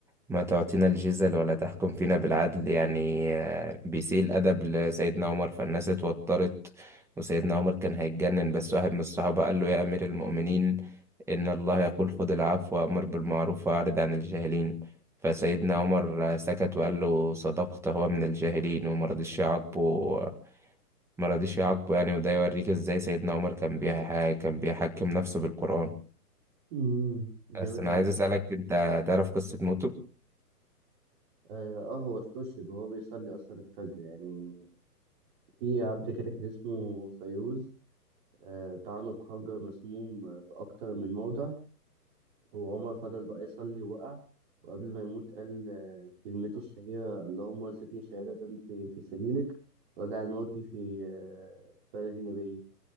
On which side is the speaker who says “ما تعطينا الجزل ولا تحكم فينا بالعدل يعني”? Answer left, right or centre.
Centre